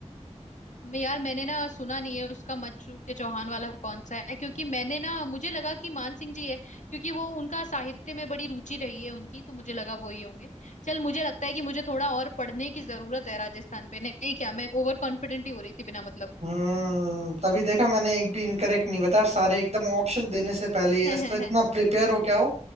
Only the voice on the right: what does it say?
हम्म तभी देखा मैंने एक भी इनकरेक्ट नहीं बताया और सारे एकदम ऑप्शन देने से पहले ही
इस तरह इतना प्रिपेयर हो क्या हो